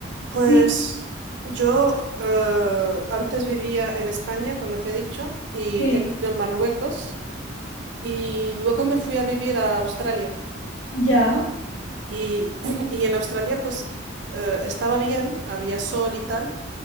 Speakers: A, on the right (about 60°); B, on the left (about 85°).
A: Pues
B: sí,
A: yo eh, antes vivía en España, como te he dicho, y
B: sí,
A: he vivido en Marruecos, y luego me fui a vivir a Australia.
B: ya.
A: Y, <clears throat> y en Australia pues eh, estaba bien, había sol y tal,